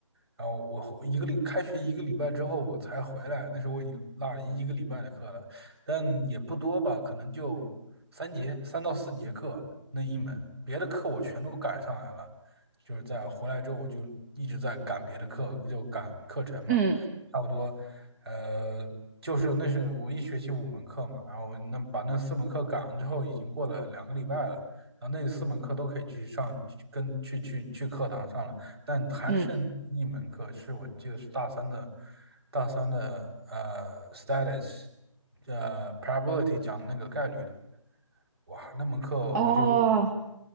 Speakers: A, on the right; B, on the right.
A: 然后我一个礼开学一个礼拜之后我才回来，那时候我已经落了一一个礼拜的课了，但也不多吧，可能就三节三到四节课那一门，别的课我全都赶上来了，就是在回来之后就一直在赶别的课，就赶课程嘛，
B: 嗯
A: 差不多，呃，就是那是我一学期五门课嘛，然后那把那四门课赶上之后，已经过了两个礼拜了。然后那四门课都可以去上，去跟去去去课堂上了，但还剩一门课是我记得是大三的，
B: 嗯，
A: 大三的呃 status，呃 probability 讲那个概率的，哇，那门课我就
B: 哦，